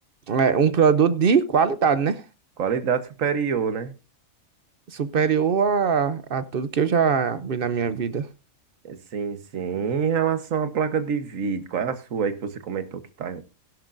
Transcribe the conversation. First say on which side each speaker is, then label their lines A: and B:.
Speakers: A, on the right; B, on the right.
A: é, um produto de qualidade, né?
B: Qualidade superior, né?
A: Superior a, a tudo que eu já vi na minha vida.
B: Sim, sim. Em relação à placa de vídeo, qual é a sua aí que você comentou que tá